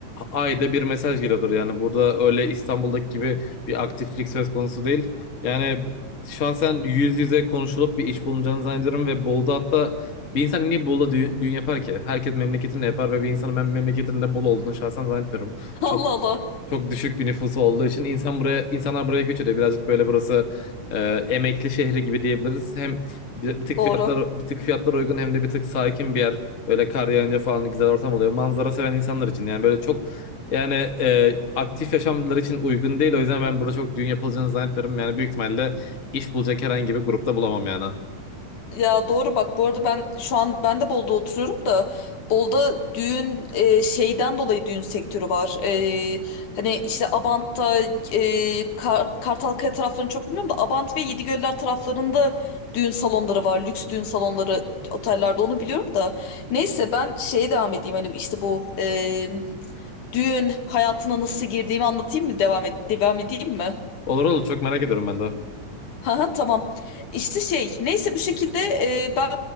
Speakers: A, on the left; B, on the left.
A: ayda bir mesaj geliyordur. Yani burada öyle İstanbul'daki gibi bir aktiflik söz konusu değil. Yani şahsen yüz yüze konuşulup bir iş bulunacağını zannediyorum ve Bolu'da hatta bir insan niye Bolu'da düğün, düğün yapar ki? Herkes memleketinde yapar ve bir insanın ben memleketinde Bolu olduğunu şahsen zannetmiyorum.
B: <laughs>
A: Çok
B: Allah Allah.
A: çok düşük bir nüfusu olduğu için insan buraya insanlar buraya göç ediyor. Birazcık böyle burası e, emekli şehri gibi diyebiliriz. Hem bir, bir tık
B: Doğru.
A: fiyatlar bir tık fiyatlar uygun hem de bir tık sakin bir yer. Böyle kar yağınca falan güzel ortam oluyor. Manzara seven insanlar için yani böyle çok yani e, aktif yaşamları için uygun değil. O yüzden ben burada çok düğün yapılacağını zannetmiyorum. Yani büyük ihtimalle iş bulacak herhangi bir grupta bulamam yani.
B: Ya doğru bak bu arada ben şu an ben de Bolu'da oturuyorum da Bolu'da düğün e, şeyden dolayı düğün sektörü var. E, hani işte Abant'ta e, Kar- Kartalkaya taraflarını çok bilmiyorum da Abant ve Yedigöller taraflarında düğün salonları var. Lüks düğün salonları otellerde onu biliyorum da. Neyse ben şeye devam edeyim hani işte bu e, düğün hayatına nasıl girdiğimi anlatayım mı devam et devam edeyim mi?
A: Olur olur çok merak ediyorum ben de.
B: Ha ha, tamam. İşte şey neyse bir şekilde e, ben